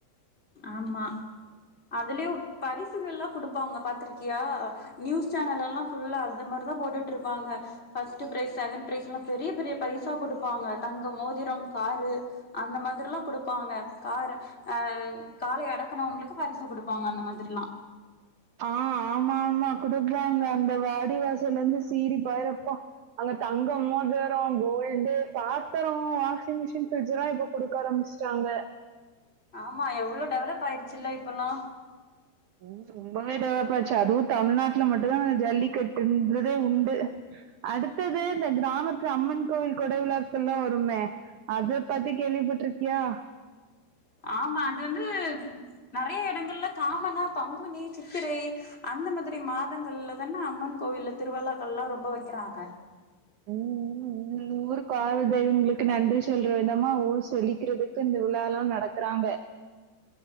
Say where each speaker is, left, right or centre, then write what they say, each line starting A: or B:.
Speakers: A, on the left; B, on the right.
A: ஆமா அதுலயு பரிசுகள்ல்லா குடுப் பாங்க பாத்ரிக்கியா நியூஸ் சேனல்ல்லா ஃபுல்லா அந்த மாரி தா போட்டுட்ருப்பாங்க பஃர்ஸ்ட்டு ப்ரைஸ் செகண்ட் ப்ரைஸ் லா பெரிய பெரிய பரிசா குடுப்பாங்க தங்க மோதிரம் காரு அந்த மாதிரல்லா குடுப்பாங்க கார அ காளய அடக்குனவங்களுக்கு பரிசு குடுப்பாங்க அந்த மாதிரிலா
B: ஆ ஆமா ஆமா குடுப்பாங்க அந்த வாடிவாசல்லருந்து சீறி பாயிரப்போ அங்க தங்கம் மோதரோ கோல்டு பாத்தரோ வாஷிங் மிஷின் ஃபரிட்ஜ் லா இப்போ குடுக்க ஆரம்ச்ட்டாங்க
A: ஆமா எவ்ளோ டெவலப் ஆயிடிச்சில்ல இப்பெல்லா
B: ம் ரொம்பவே டெவலப் ஆச்சு அதுவு தமிழ்நாட்டுல மட்டுந்தா ஜல்லிக்கட்டுன்றதே உண்டு அடுத்தது இந்த கிராமத்து அம்மன் கோயில் கொட விழாக்கள்லா வருமே அத பத்தி கேள்விப்பட்ருக்கியா
A: ஆமா அது வந்து நறைய எடங்கள்ல காமனா பங்குனி சித்திரை அந்த மாதிரி மாதங்கள்ல தான அம்மன் கோவில்ல திருவிழாக்கள் எல்லா ரொம்ப வைக்கிறாங்க
B: ம் இந்த ஊர் காவல் தெய்வங்களுக்கு நன்றி சொல்ற விதமா ஊர் சொல்லிக்கிறதுக்கு இந்த விழாலல்லா நடக்றாங்க